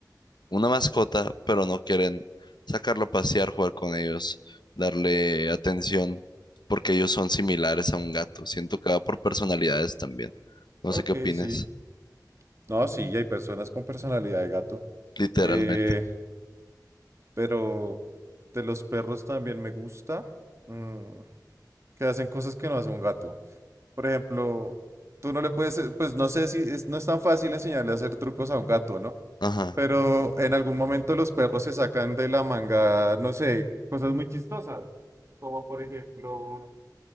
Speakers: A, on the left; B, on the right.
A: una mascota, pero no quieren sacarlo a pasear, jugar con ellos, darle atención, porque ellos son similares a un gato. Siento que va por personalidades también. No
B: ok,
A: sé qué opines,
B: sí. No, sí, hay personas con personalidad de gato.
A: literalmente.
B: Eh, Pero de los perros también me gusta mm, que hacen cosas que no hace un gato. Por ejemplo, tú no le puedes, eh, pues no sé si es- no es tan fácil enseñarle a hacer trucos a un gato, ¿no?
A: Ajá.
B: Pero en algún momento los perros se sacan de la manga, no sé, cosas muy chistosas. Como por ejemplo,